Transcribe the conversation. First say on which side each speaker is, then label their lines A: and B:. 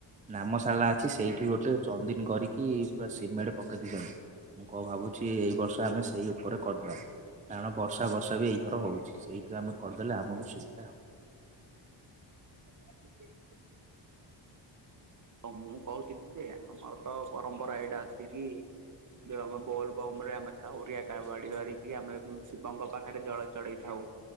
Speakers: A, on the right; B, on the right.
A: ନାମଶାଳା ଅଛି ସେଇଠି ଗୋଟେ ଚନ୍ଦିନ୍ କରିକି ପୁରା ସିମେଣ୍ଟ ପକେଇ ଦେଇକି ଆସି ମୁଁ କଁ ଭାବୁଚି ଏଇ ବର୍ଷ ଆମେ ସେଇ ଉପରେ କରିଦବା। କାରଣ ବର୍ଷା ବର୍ଷାବି ଏଇଥର ହଉଚି ସେଇଠି ଆମେ କରିଦେଲେ ଆମକୁ ସୁବିଧା ହବ।
B: <unintelligible> ତ ମୁଁ କହୁଥିଲିଯେ ଆମରତ ପରମ୍ପରା ଏଇଟା ଅଛିକି ଯେଆମ ବୋଲ୍ ବମରେ ଆମେ କାଉରିଆ ବାଡ଼ି ଧରିକି ଆମେ ଶିବଙ୍କ ପାଖରେ ଜଳ ଚଢେଇ ଥାଉ